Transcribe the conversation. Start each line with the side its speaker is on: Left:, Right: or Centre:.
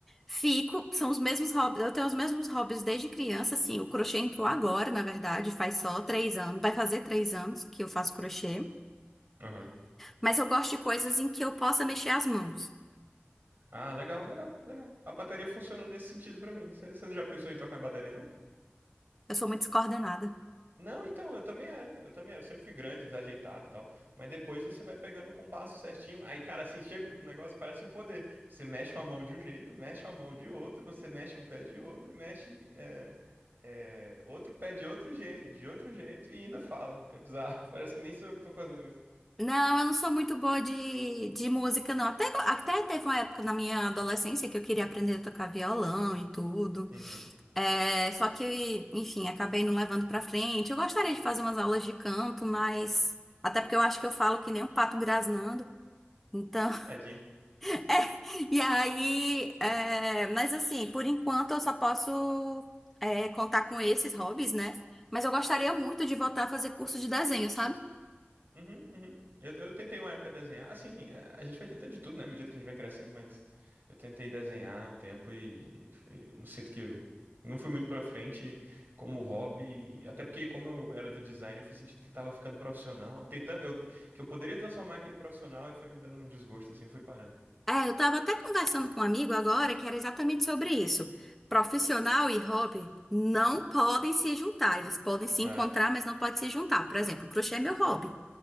Centre: Fico, são os mesmos hobbies, eu tenho os mesmos hobbies desde criança, assim, o crochê entrou agora, na verdade, faz só três anos, vai fazer três anos que eu faço crochê.
Right: Aham.
Centre: Mas eu gosto de coisas em que eu possa mexer as mãos.
Right: Ah, legal, legal, legal. A bateria funciona nesse sentido pra mim. Você você não já pensou em tocar bateria, não?
Centre: Eu sou muito descoordenada.
Right: Não, então, eu também era. Eu também era. Eu sempre fui grande, desajeitado e tal. Mas depois você vai pegando o compasso certinho. Aí, cara, assim, chega um negócio que parece um poder. Você mexe uma mão de um jeito, mexe uma mão de outro, você mexe um pé de outro, e mexe é, é, outro pé de outro, je de outro jeito e ainda fala. É bizarro. <laughs> Parece que nem sou eu que tô fazendo isso.
Centre: Não, eu não sou muito boa de, de música, não. Até, até teve uma época na minha adolescência que eu queria aprender a tocar violão e tudo.
Right: Uhum.
Centre: É, só que, enfim, acabei não levando pra frente. Eu gostaria de fazer umas aulas de canto, mas. Até porque eu acho que eu falo que nem um pato grasnando. Então.
Right: Tadinha.
Centre: <laughs> é, E aí. é, mas assim, por enquanto eu só posso é, contar com esses hobbies, né? Mas eu gostaria muito de voltar a fazer curso de desenho, sabe?
Right: Uhum, uhum. Eu, eu tentei uma época desenhar. Assim, a a gente vai tentando de tudo, né? À medida que a gente vai crescendo, mas eu tentei desenhar um tempo e, e não sinto que eu não fui muito pra frente como hobby. Até porque, como eu era do design, eu fui sentindo que tava ficando profissional. Tentando, eu- que eu poderia transformar aquilo em profissional e foi me dando um desgosto, assim, eu fui parando.
Centre: É, eu tava até conversando com um amigo agora que era exatamente sobre isso. Profissional e hobby não podem se juntar. Eles podem se
Right: É,
Centre: encontrar, mas não podem se juntar. Por exemplo, crochê é meu hobby.